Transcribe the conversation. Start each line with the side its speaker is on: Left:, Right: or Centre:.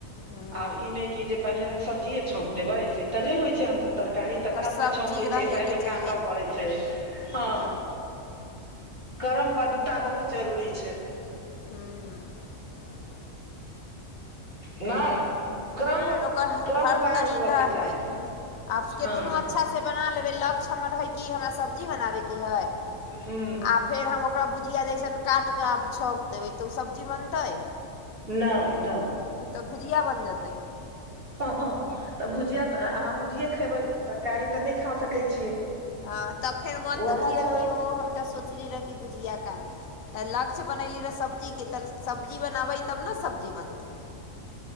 Left: ह्म्म
Right: आब ई नहि कि जे पहिले सब्जिए छौंक देबै से तऽ नहि होइ छै हमस तरकारी
Left: ओकर
Right: तऽ बाद
Left: सभचीज
Right: मे छौंकै छ
Left: रहयके
Right: पहिले
Left: चाहियै
Right: काटय पड़े छै छै हँ
Left: ह्म्म
Right: करमबद्धता बहुत जरूरी छै
Left: ह्म
Right: नहि क्रम
Left: ह्म्म ओकर
Right: क्रमवार
Left: हर तरीका
Right: हुअके चाही
Left: हइ आ कतनो
Right: हँ
Left: अच्छासँ बना लेबै लक्ष्य हमर हइ कि हमरा सब्जी बनाबयके हइ
Right: हू
Left: आ फेर हम ओकरा भुजििया जइसन काटिकऽ आब छौक देबै तऽ ओ सब्जी बनतै
Right: नहि न
Left: तऽ ओ तऽ भुजिया बनि जेतै
Right: हँ हँ तऽ भुजिया तऽ अहाँ भुजिए खेबै तरकारी तऽ नहि खा सकैत छियै
Left: हँ तऽ फेर मोन
Right: उएह
Left: दुखी गेल
Right: छै
Left: कि ओ हम तऽ सोचली रहए कि बुझआ काम तऽ लक्ष्य बनयली रहए सब्जीके तऽ सब्जी बनाबै तब ने सब्जी बनतै